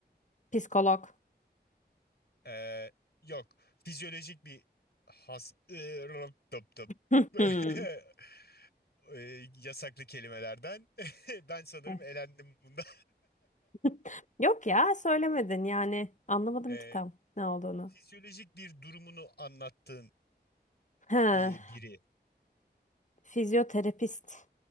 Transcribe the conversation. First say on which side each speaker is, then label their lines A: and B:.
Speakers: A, on the left; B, on the left.
A: Psikolog.
B: Ee, yok. Fizyolojik bir has... Ee, tıp tıp.
A: <laughs>
B: <laughs>
A: Hı.
B: Ee, yasaklı kelimelerden. <laughs> Ben sanırım
A: Evet.
B: elendim bunda.
A: <laughs> Yok ya söylemedin yani. Anlamadım
B: Ee,
A: ki tam ne olduğunu.
B: fizyolojik bir durumunu anlattığın
A: Ha,
B: ee, biri.
A: fizyoterapist